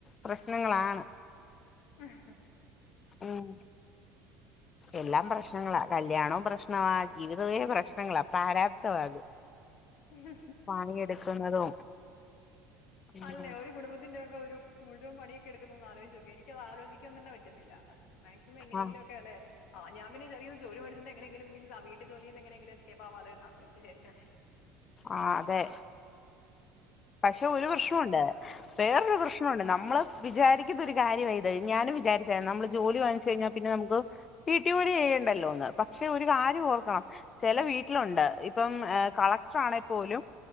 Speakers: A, on the left; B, on the left.
A: പ്രശ്നങ്ങളാണ്
B: മ് ഹ്
A: ഉം എല്ലാം പ്രശ്നങ്ങളാ കല്യാണവും പ്രശ്നമാ ജീവിതമെ പ്രശ്നങ്ങളാ പ്രാരാബ്തമാ അത്
B: മ് ഹ് <inaudible>
A: പണിയെടുക്കുന്നതും ഉം
B: അല്ലെ ഒരു കുടുംബത്തിന്റെ ഒരു മുഴുവൻ പണിയൊക്കെ എടുക്കുന്നന്ന് ആലോചിച്ച് നോക്കെ എനിക്കത് ആലോചിക്കാൻ തന്നെ പറ്റുന്നില്ല മാക്സിമം എങ്ങനെങ്കിലും
A: ആഹ്
B: ഒക്കെ അല്ലെ ആ ഞാൻ പിന്നെരിക്ക ജോലി മേടിച്ച് എങ്ങെതെങ്കിലുംങ്കും മീൻസ് ആ വീട്ട് ജോലീ എങ്ങനെങ്കില് എസ്കേപ്പ്ആവാമോ എന്നാണ് ഞാൻ വിചാരിക്കുന്നത്
A: ആ അതെ പക്ഷെ ഒരു
B: ആ
A: പ്രശ്നമുണ്ട് വേറൊരു പ്രശ്നമുണ്ട് നമ്മള് വിചാരിക്ക ഒരു കാര്യ ഇത് ഞാനും വിചാരിച്ച നമ്മള് ജോലി വാങ്ങിച്ചു കഴിഞ്ഞാ പിന്നെ നമുക്ക് വീട്ടുജോലി ചെയ്യണ്ടല്ലോന്ന് പക്ഷെ ഒരു കാര്യം ഓർക്കണം ചില വീട്ടിലുണ്ട് ഇപ്പം കളക്ടറാണെ പോലും